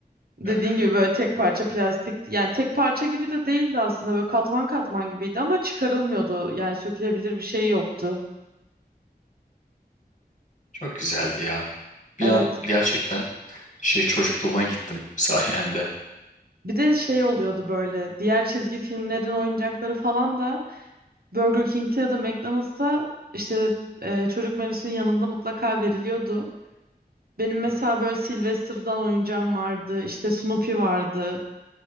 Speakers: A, on the right; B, on the left.
A: Dediğin
B: Yok.
A: gibi böyle tek parça plastik yani tek parça gibi de değildi aslında böyle katman katman gibiydi ama çıkarılmıyordu yani sökülebilir bir şey yoktu.
B: Çok güzeldi ya. Bir
A: Evet.
B: an gerçekten şey çocukluğuma gittim <laughs> sayende.
A: Bir de şey oluyordu böyle diğer çizgi filmlerin oyuncakları falan da Burger King'te ya da McDonald's'ta işte e, çocuk menüsünün yanında mutlaka veriliyordu. Benim mesela böyle Sylvester'dan oyuncağım vardı işte Snoopy vardı